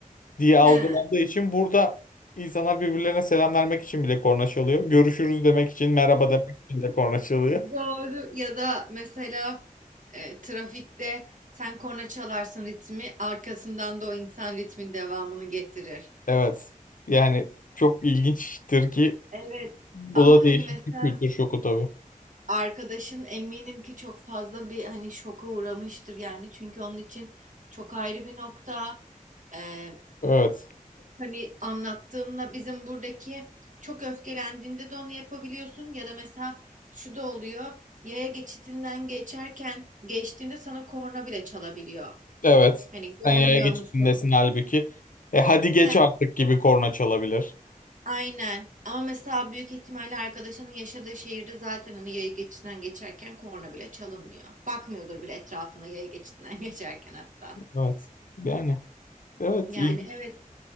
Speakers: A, on the left (about 65°); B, on the right (about 60°).
A: diye
B: He.
A: algılandığı için burada insanlar birbirlerine selam vermek için bile korna çalıyor. Görüşürüz demek için, merhaba demek için de korna çalıyor.
B: Doğru ya da mesela e, trafikte sen korna çalarsın ritmi arkasından da o insan ritmin devamını getirir.
A: Evet. Yani çok ilginçtir ki
B: Evet.
A: bu
B: Ama
A: da
B: hani
A: değişik
B: mesela
A: bir kültür şoku tabii.
B: arkadaşın eminim ki çok fazla bir hani şoka uğramıştır yani. Çünkü onun için çok ayrı bir nokta. Ee,
A: Evet.
B: hani anlattığımla bizim buradaki çok öfkelendiğinde de onu yapabiliyorsun. Ya da mesela şu da oluyor. Yaya geçitinden geçerken geçtiğinde sana korna bile çalabiliyor.
A: Evet.
B: Hani görmüyor
A: Sen yaya geçip
B: musun?
A: dinlesin halbuki. E hadi geç
B: He,
A: artık gibi korna çalabilir.
B: Aynen. Ama mesela büyük ihtimalle arkadaşının yaşadığı şehirde zaten hani yaya geçidinden geçerken korna bile çalınmıyor. Bakmıyordur bile etrafına yaya geçidinden <laughs> geçerken hatta.
A: Evet. Yani evet
B: Yani
A: ilginç.
B: evet,